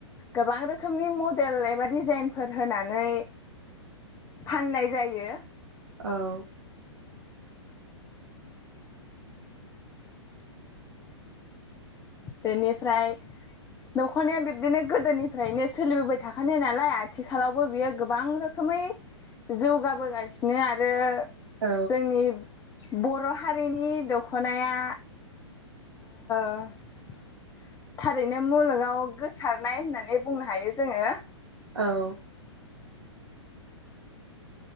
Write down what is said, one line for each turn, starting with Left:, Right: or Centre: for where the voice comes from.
Left: गोबां रोखोमनि मडेल एबा डिजाइनफोर होनानै फाननाय जायो
Right: औ
Left: बेनिफ्राय दख'नाया बिब्दिनो गोदोनिफ्रायनो सोलिबोबाय थाखानाय नालाय आथिखालावबो बियो गोबां रोखोमै जौगाबोगासिनो आरो
Right: औ
Left: जोंनि बर' हारिनि दख'नाया <unintelligible> थारैनो मुलुगाव गोसारनाय होननानै बुंनो हायो जोङो
Right: औ